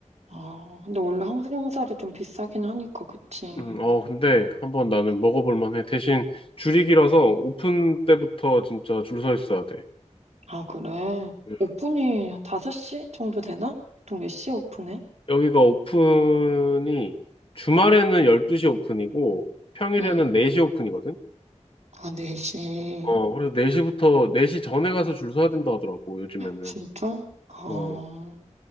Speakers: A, on the right; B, on the left.
A: 아, 근데 원래 항정살이 좀 비싸긴 하니까, 그치.
B: 음, 어, 근데 한번 나는 먹어볼 만해. 대신 줄이 길어서 오픈 때부터 진짜 줄 서 있어야 돼.
A: 아, 그래.
B: 음,
A: 오픈이 한 5시 정도 되나? 보통 몇 시에 오픈해?
B: 여기가 오픈이 주말에는 12시 오픈이고 평일에는
A: 응.
B: 4시 오픈이거든?
A: 아, 4시.
B: 어, 그래서 4시부터, 네 시 전에 가서 줄 서야 된다 하더라고, 요즘에는.
A: 진짜? 아,
B: 어,